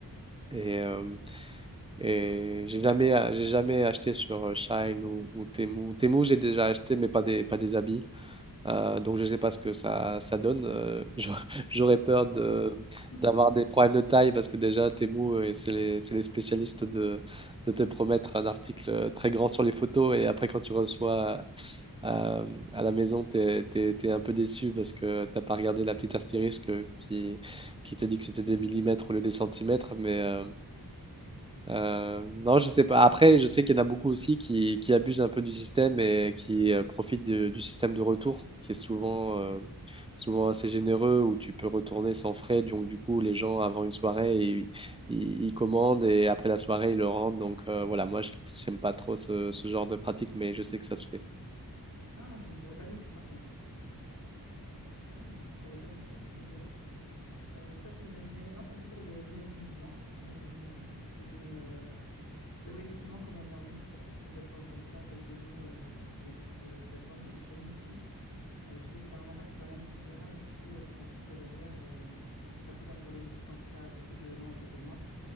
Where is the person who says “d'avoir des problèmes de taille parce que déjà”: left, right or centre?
Right